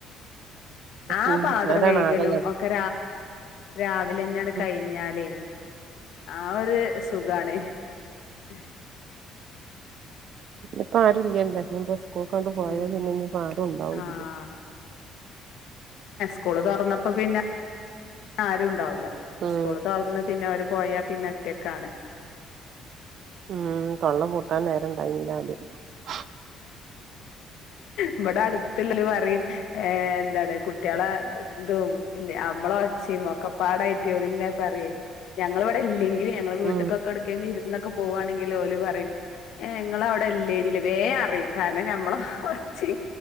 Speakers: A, on the left (about 75°); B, on the right (about 55°).
A: ആ
B: ഉം
A: പാത്രം
B: അതാണ്
A: കഴകലും
B: ആകെള്ളത്
A: ഒക്കെ രാവിലെ തന്നെയാണ്
B: ഉം
A: കഴിഞ്ഞാലേ ആ ഒരു സുഖാണ് ഉം
B: ഇപ്പ ആരും ഇല്ലല്ലേ <unintelligible> പോയത്
A: ഉം
B: പിന്നെ ഇനി ആരും ഉണ്ടാവില്ല
A: ആഹ് സ്കൂൾ തുറന്നപ്പോൾ പിന്നെ ആരും ഉണ്ടാവില്ല
B: ഉം
A: സ്കൂളിൽ തുറന്നെ പിന്നെ ആരു പോയാ പിന്നെ ഒറ്റക്കാണ്
B: ഉം കള്ളം പൂട്ടാൻ നേരം <unintelligible>
A: ഇവിടെ അടുത്തുള്ളോർ പറയും ഏ എന്താണ് കുട്ടികളെ ഇതും പിന്നെ അമ്മളം ഒച്ചും ഒക്കെപ്പാടായിട്ട് ഒരുങ്ങ പറ ഞങ്ങളിവിടെ ഇല്ലെങ്കിൽ ഞങ്ങള് <unintelligible>
B: ഉം
A: ഒക്കെ പോവാന്നാക്കില്ല് ഓല് പറയും നിങ്ങള് അവിടെ ഇല്ലേ വേ അറിയും കാരണം ഞമ്മള് വെച്ച്